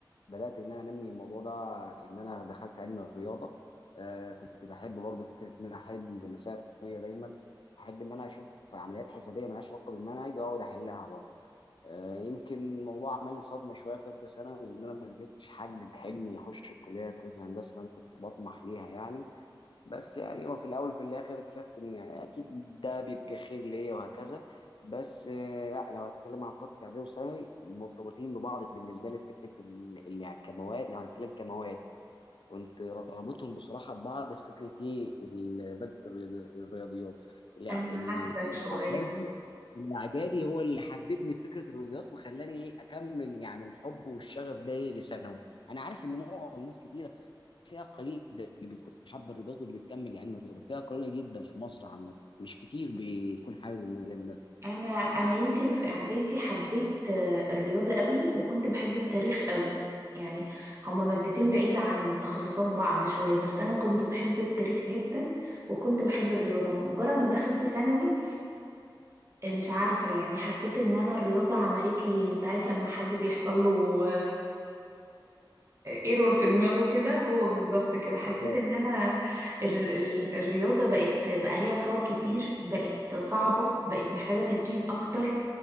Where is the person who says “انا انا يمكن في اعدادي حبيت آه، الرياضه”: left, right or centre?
Right